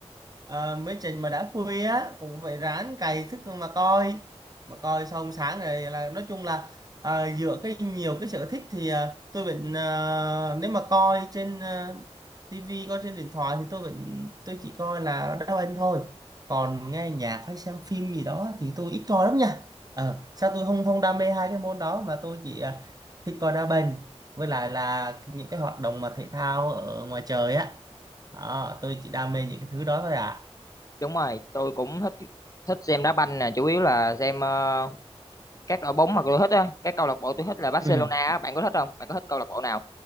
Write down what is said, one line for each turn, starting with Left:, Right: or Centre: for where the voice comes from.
Right: à, mấy trình mà đã khuya á cũng phải ráng cày thức mà coi mà coi xong sáng rồi là nói chung là à, dựa cái nhiều cái sở thích thì à, tôi vẫn à, nếu mà coi trên à, tivi coi trên điện thoại thì tôi vẫn tôi chỉ coi là đá banh thôi còn nghe nhạc hay xem phim gì đó thì tôi ít coi lắm nha Ờ, sao tôi không không đam mê hai cái môn đó mà tôi chỉ à, thích coi đá banh với lại là những cái hoạt động mà thể thao ở ngoài trời á Đó, tôi chỉ đam mê những cái thứ đó thôi ạ
Left: đúng rồi tôi cũng thích thích xem đá banh nè chủ yếu là xem ờ, các đội bóng mà tôi thích á cái câu lạc bộ tôi thích là Barcelona
Right: ừ.
Left: á bạn có thích không bạn có thích câu lạc bộ nào